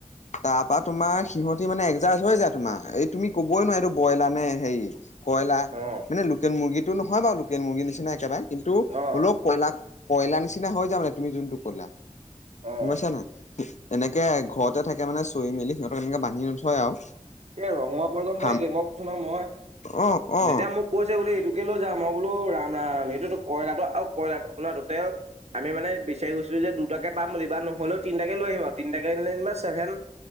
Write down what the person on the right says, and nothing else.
অ
অ
অ
অ
এই ৰঙৰ পৰ্যন্ত
একে মই কৈচো নহয় মই
যেতিয়া মোক কৈছে বুলে এইটো এতো কে লৈ যা। মই বোলো ৰাম ৰাম এইটোতো কইলাটো আৰু কয়লাটো শুনা আমি মানে বিচাৰি গৈছিলো যে দুটাকে পাম বুলি বা নহ'লেও তিনটাকে লৈ আহিম আৰু তিনটাকে লৈ আহিলে চেভেন